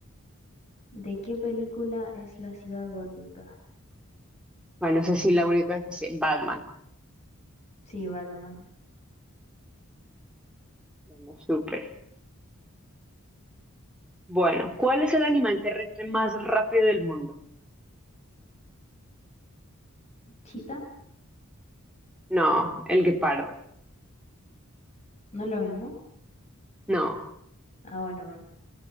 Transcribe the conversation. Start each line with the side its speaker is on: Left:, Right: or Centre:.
Left: ¿De qué película es la ciudad gótica?
Centre: Bueno, esa sí la única que sé. Batman.
Left: Sí, Batman.
Centre: Bueno, súper. Bueno, ¿cuál es el animal terrestre más rápido del mundo?
Left: ¿Chita?
Centre: No, el guepardo.
Left: ¿No lo mismo?
Centre: No,
Left: Ah, bueno, bueno.